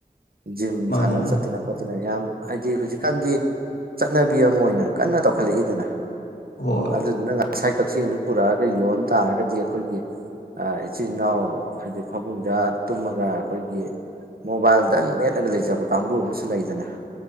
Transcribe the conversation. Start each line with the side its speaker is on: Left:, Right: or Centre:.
Right: ꯖꯤꯝ
Left: ꯃꯥꯅꯦ
Right: ꯁꯥꯟꯅ
Left: ꯃꯥꯅꯦ
Right: ꯆꯠꯇꯅ ꯈꯣꯠꯇꯅ ꯌꯥꯝ ꯍꯥꯏꯗꯤ ꯍꯧꯖꯤꯛꯀꯥꯟꯗꯤ ꯆꯠꯅꯕꯤ ꯑꯃ ꯑꯣꯏꯅ ꯀꯟꯅ ꯇꯧꯈꯠꯂꯛꯏꯗꯅ
Left: ꯍꯣꯏ
Right: ꯑꯗꯨꯗꯨꯅ ꯉꯁꯥꯏ ꯀꯛꯆꯦꯡꯗꯣ ꯄꯨꯔꯛꯑꯒ ꯌꯣꯟ ꯇꯥꯔꯒꯗꯤ ꯑꯩꯈꯣꯏꯒꯤ ꯑꯥ ꯏꯆꯤꯜ ꯏꯅꯥꯎ ꯍꯥꯏꯗꯤ ꯐꯃꯨꯡꯗ ꯇꯨꯝꯃꯒ ꯑꯩꯈꯣꯏꯒꯤ ꯃꯣꯕꯥꯏꯜꯗꯪ ꯃꯦꯠꯂꯒ ꯂꯩꯖꯕ ꯀꯥꯡꯕꯨ ꯑꯃꯁꯨ ꯂꯩꯗꯅ